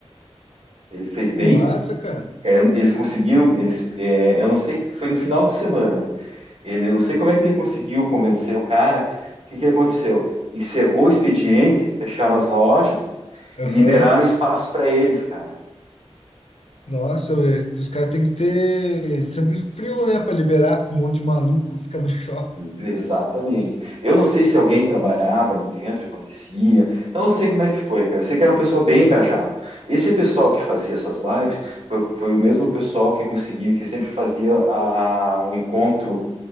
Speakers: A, on the right; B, on the left.
A: Ele fez bem,
B: Que massa, cara.
A: é, eles conseguiram, eles, é, eu não sei, foi no final de semana. Ele, eu não sei como é que ele conseguiu convencer o cara. O que que aconteceu? Encerrou o expediente, fecharam as lojas
B: Aham.
A: e liberaram espaço para eles, cara.
B: Nossa, ué, os caras têm que ter sangue frio, né? Pra liberar um monte de maluco, ficar no <laughs> shopping.
A: Exatamente. Eu não sei se alguém trabalhava ali dentro e conhecia. Eu não sei como é que foi, cara. Eu sei que era um pessoal bem engajado. Esse pessoal que fazia essas lives foi, foi o mesmo pessoal que conseguiu, que sempre fazia a, um encontro